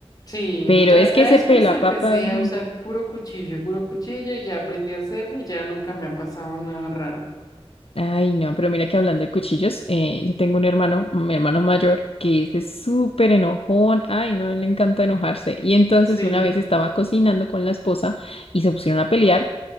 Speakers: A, on the left; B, on the left.
A: Sí,
B: Pero
A: ya,
B: es
A: ya
B: que ese
A: después
B: pelapapa.
A: empecé
B: mm.
A: a usar puro cuchillo, puro cuchillo y ya aprendí a hacerlo y ya nunca me ha pasado nada raro.
B: Ay, no, pero mira que hablando de cuchillos, eh, yo tengo un hermano, mi hermano mayor, que es de súper enojón. Ay, no, le encanta enojarse. Y entonces
A: Sí,
B: una vez estaba cocinando con la esposa y se pusieron a pelear.